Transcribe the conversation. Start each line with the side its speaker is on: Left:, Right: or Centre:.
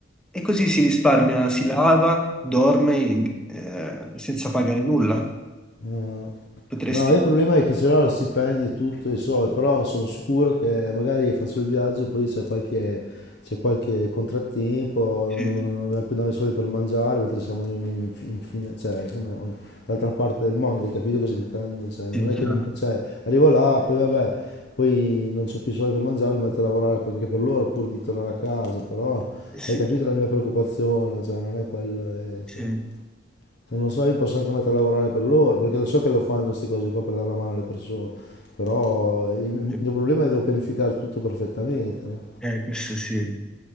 Centre: eh, e così si risparmia, si lava, dorme eh, senza pagare nulla.
Left: no. no.
Centre: Potresti...
Left: No, il problema è che ce l'ho lo stipendio e tutto, e so, però sono sicuro che magari faccio il viaggio, poi c'è qualche, c'è qualche contrattempo,
Centre: Sì,
Left: non, non abbiamo più dare i soldi per mangiare, mentre siamo in, in fine, cioè, siamo dall'altra parte del mondo, hai capito cosa intendo? Cioè, non
Centre: sì, chiaro.
Left: è che mi- cioè, arrivo là, poi vabbè, poi non ho più soldi per mangiare, mi metto a lavorare per- anche per loro, pur di tornare a casa, però
Centre: Eh sì,
Left: hai capito la mia preoccupazione, cioè, non è quello. eh,
Centre: sì,
Left: cioè. Se non so, io mi posso anche mettere a lavorare per loro, perché lo so che lo fanno queste cose qua per dare la mano alle persone, però il
Centre: sì.
Left: mio problema è che devo pianificare tutto perfettamente, no?
Centre: Eh, questo sì.